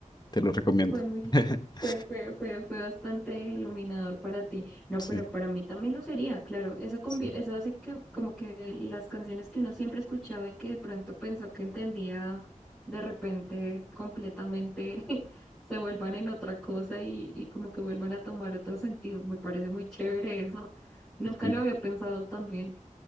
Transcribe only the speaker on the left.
te lo recomiendo.
<laughs>
Sí,
sí,
sí.